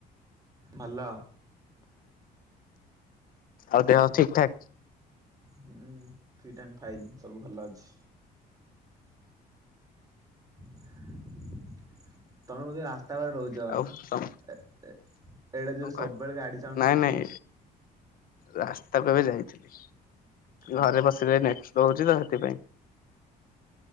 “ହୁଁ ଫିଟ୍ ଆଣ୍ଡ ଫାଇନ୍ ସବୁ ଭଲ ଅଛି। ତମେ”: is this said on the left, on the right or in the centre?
Right